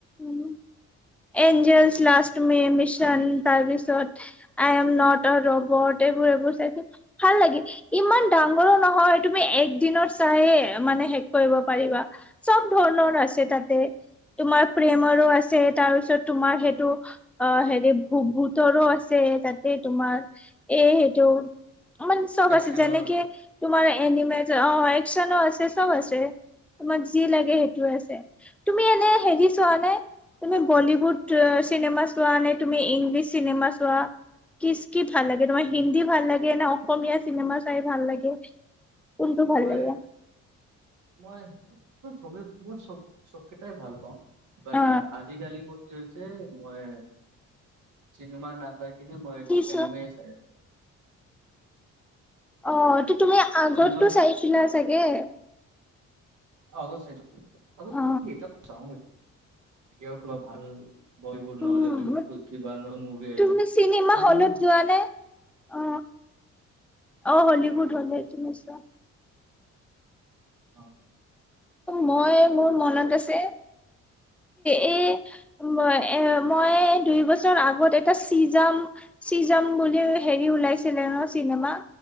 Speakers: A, in the centre; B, on the right.
A: উম এঞ্জেলছ লাষ্ট মে' মিছন, তাৰপিছত I am not a robot এইবোৰ-এইবোৰ চাইছোঁ, ভাল লাগে, ইমান ডাঙৰো নহয়, তুমি এক দিনত চাই মানে শেষ কৰিব পাৰিবা, চব ধৰণৰ আছে তাতে, তোমাৰ প্ৰেমৰো আছে, তাৰপি তাৰ পিছত তোমাৰ সেইটো অ' হেৰি ভূ ভূতৰো আছে তাতে তোমাৰ এই সটো মান চব
B: একচনৰ
A: আছে। যেনেকে
B: আছে।
A: তোমাৰ এনিমেটৰ অ'একচনো আছে চব আছে। তোমাক যি লাগে সেইটো আছে। তুমি এনে হেৰি চোৱা নাই তুমি বলিউড চিনেমা চোৱা নে তুমি ইংলিছ চিনেমা চোৱা? কিচ কি ভাল লাগে তোমাৰ হিন্দী ভাল লাগে না অসমীয়া চিনেমা চাই ভাল লাগে কোনটো
B: উম।
A: ভাল
B: মই,
A: লাগে
B: মই মই চব চব কেইটাই ভাল পাওঁ। বাট,
A: অ
B: আজিকালি মোৰ কি হৈছে মই চিনেমা নাচাই কিনে মই এইটো
A: কি চোৱা
B: এনিমেই চাই আছো।
A: অ' ত তুমি আগতটো
B: চিনেমা
A: চাইছিলা চাগে?
B: আগত চাইছোঁ। আগত
A: অ
B: টো এতিয়াও চা এতিয়াও কিবা ভাল বলিউড
A: উম
B: নহলে হলিউড কিবা নতুন মুভি আহিলে।
A: তুমি চিনেমা
B: হলিউড
A: হলত যোৱা নে অ। আহ হলিউড হলে তুমি চোৱা।
B: অহ '।
A: মই মোৰ মনত আছে এই, উম মই দুই বছৰ আগত এটা চিজন <unintelligible> বুলি হেৰি ওলাইছিলে ন' চিনেমা?